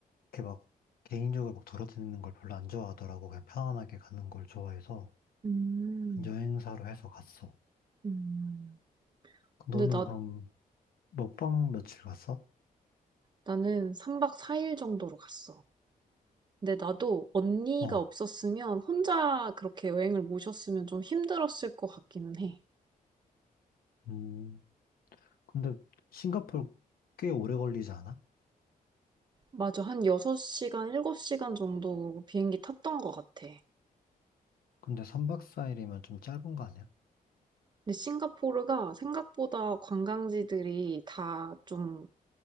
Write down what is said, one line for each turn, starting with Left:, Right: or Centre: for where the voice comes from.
Left: 이렇게 막 개인적으로 막 돌아다니는 걸 별로 안 좋아하더라고. 그냥 편안하게 가는 걸 좋아해서
Right: 음,
Left: 여행사로 해서 갔어.
Right: 음,
Left: 너는
Right: 근데 나,
Left: 그럼 몇 박 며칠 갔어?
Right: 나는 3박 4일 정도로 갔어. 근데 나도 언니가
Left: 어.
Right: 없었으면 혼자 그렇게 여행을 모셨으면 좀 힘들었을 것 같기는 해.
Left: 음. 근데 싱가포르 꽤 오래 걸리지 않아?
Right: 맞아. 한 6시간, 7시간 정도 비행기 탔던 것 같아.
Left: 근데 3박 4일이면 좀 짧은 거 아니야?
Right: 근데 싱가포르가 생각보다 관광지들이 다 좀